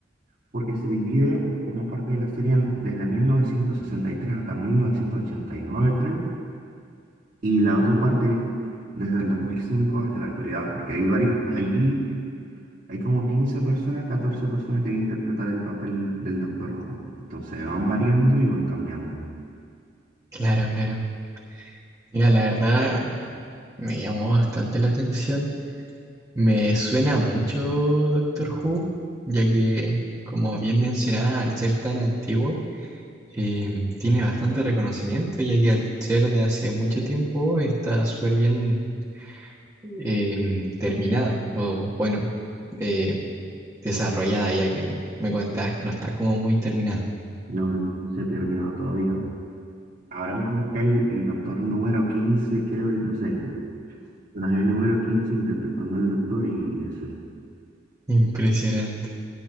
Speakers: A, on the right; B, on the right.
A: porque se divide una parte de la serie en- desde 1963 hasta 1989 creo, y la otra parte desde el 2005 hasta la actualidad, porque hay varios, ahí hay como 15 personas, 14 personas que interpretan el papel del Doctor Who. Entonces van variando y van cambiando.
B: claro, claro. Mira, la verdad me llamó bastante la atención. Me suena mucho Doctor Who, ya que, como bien mencionaba, al ser tan antiguo, eh, tiene bastante reconocimiento, ya que al ser de hace mucho tiempo está súper bien em, terminada, o bueno, eh, desarrollada, ya que me comentabas que no está como muy terminada.
A: No, no se ha terminado todavía. Ahora mismo está el, el doctor número 15 creo, el, o sea, el, Personaje número 15 interpretando al doctor y, y eso.
B: Impresionante.